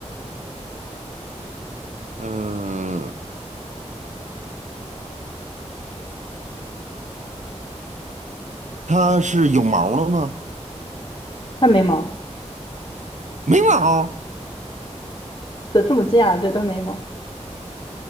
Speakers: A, on the right (about 80°); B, on the left (about 40°).
A: 嗯、它是有毛儿的吗？
B: 它没毛，
A: 没毛儿。
B: 对，这么近啊，对，它没毛。